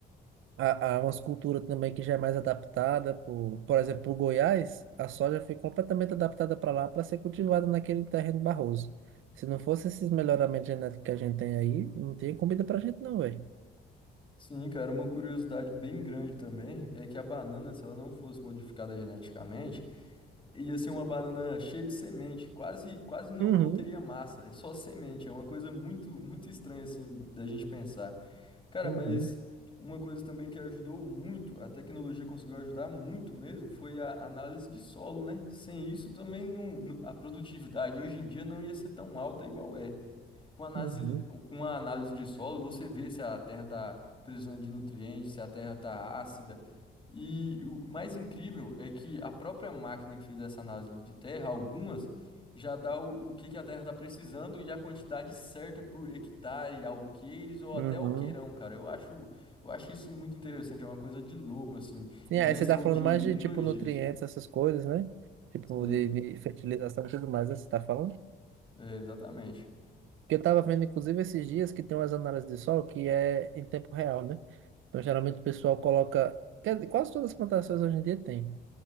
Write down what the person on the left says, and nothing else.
Sim, cara, uma curiosidade bem grande também é que a banana, se ela não fosse modificada geneticamente, ia ser uma banana cheia de semente, quase quase não
não teria massa, é só semente, é uma coisa muito muito estranha assim da gente pensar. Cara,
mas uma coisa também que ajudou muito, a tecnologia conseguiu ajudar muito mesmo, foi a análise de solo, né? Sem isso também não, não- a produtividade hoje em dia não ia ser tão alta igual é. Com análise,
com a análise de solo, você vê se a terra está precisando de nutrientes, se a terra está ácida. E o mais incrível é que a própria máquina que fez essa análise de terra, algumas, já dá o, o que, que a terra está precisando e a quantidade certa por hectare, alqueires ou até
alqueirão, cara. Eu acho, eu acho isso muito interessante, é uma coisa de louco, assim,
em
questão
de
um,
dois
dias.
Sim,
é, exatamente.